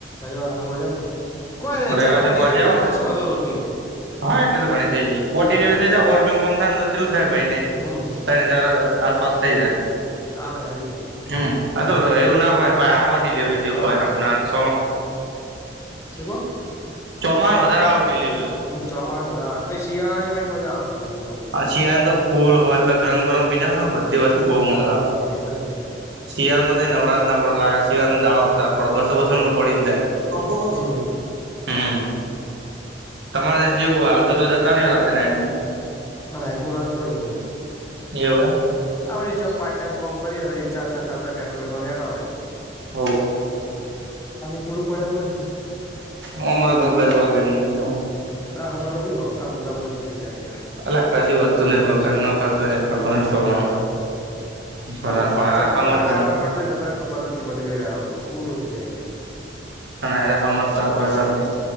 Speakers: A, on the left; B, on the right.
A: રવવાર ફટળ જામ ને કોઈ નહી
B: રવિવાર
A: ચાર પાંચ
B: તો
A: ડિલરી
B: પહોંચી આવો
A: થાય શું હતો રોજની
B: હા એટલે તો ઘણી થઈ ગાય પોટ
A: તાણ
B: ડિલિવરી થ જાય હોર મ થાયને તો ચાલુ થાય મહિને
A: હમ
B: ત તાર આસપાસ થઈ જાય
A: તાળ હડી છેાય
B: હમ એવું ના હોય પ આવ ડિલિવરીું
A: હ
B: કય હું સોર
A: શું કો
B: ચોમાણ વધારે આવક લે
A: હમ ચોમાસની મજા આવે પછ શિયાળની પા મજા આવે ભ ત કહ
B: શિયાળ ને તો ફૂલ હોય પ ગરમ ગરમ બીજા હોય ને બધી વસ્તુ બહુ
A: હા
B: મંગાવ
A: એટલે જ ને
B: શિયાળ નો થ નવરાજ ના પડ લાગે શિયાળો દાળો વધારે પડે બસો બસ પડી જાય મનભ કો
A: હમ
B: છે <unintelligible> હમ તમારે જેવું હાલ તો તો જતા નહ હો રાતે નાઈટમાં
A: ના એટું લાલચ જ નહી
B: એવું
A: આડી ચોક પાર્ટ ટાઈમ કોમ કરીએ હસાદના ખર્ચા પેટ્રોલટો નેગાળી
B: ઓ
A: પૂરું પડે એમ નહિ
B: હ મરો ગધું વાગે એમ નહી
A: દા હમમાં તો હું હપતા મૃદા બધું પતી જાય
B: અ કશી વધતું નઈ બોક નો ખર્ચો ન ખતો ન કરવાનું
A: તા
B: સમજદાર
A: હદ હા ચ પગાર આવ પડદન જ બર નની બ બેદમ પૂર થઈે <unintelligible>
B: ના એ રાખત ત કોઈ હલ નકી